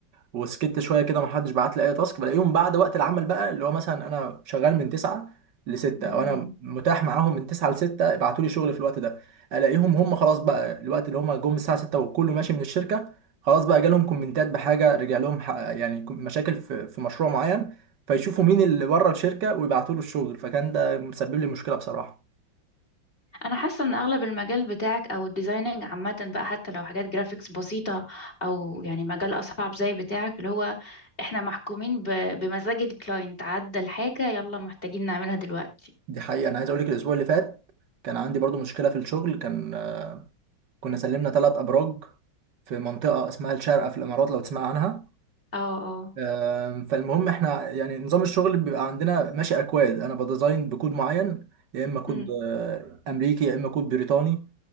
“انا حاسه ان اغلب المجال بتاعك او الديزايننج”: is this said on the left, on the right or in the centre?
Left